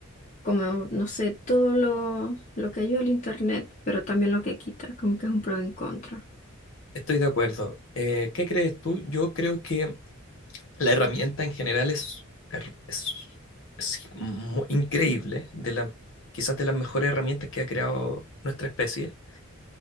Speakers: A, on the left; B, on the left.
A: como, no sé, todo lo, lo que ayuda al internet, pero también lo que quita, como que es un pro en contra.
B: Estoy de acuerdo. Eh, ¿qué crees tú? Yo creo que la herramienta en general es, er- es, es mu- increíble, de la, quizás de las mejores herramientas que ha creado nuestra especie.